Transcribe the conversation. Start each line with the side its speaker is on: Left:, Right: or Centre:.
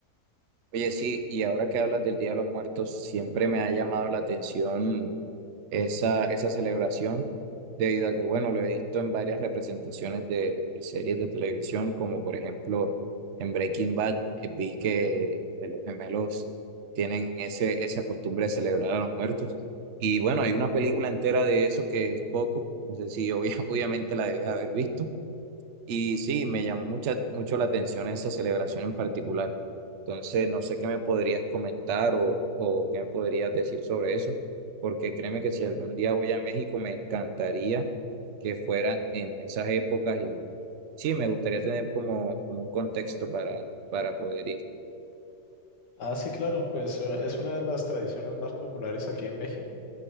Right: Oye, sí, y ahora que hablas del Día de los Muertos, siempre me ha llamado la atención esa, esa celebración, debido a que, bueno, lo he visto en varias representaciones de, de series de televisión, como por ejemplo en Breaking Bad, eh, vi que eh, los gemelos tienen ese, esa costumbre de celebrar a los muertos. Y bueno, hay una película entera de eso que es Coco, no sé si obvia- <laughs> obviamente la debes haber visto. Y sí, me llamó mucha, mucho la atención esa celebración en particular. Entonces, no sé qué me podrías comentar o, o qué me podrías decir sobre eso, porque créeme que si algún día voy a México, me encantaría que fuera en esas épocas y sí, me gustaría tener como, como un contexto para, para poder ir.
Left: Ah, sí, claro, pues eh, es una de las tradiciones más populares aquí en México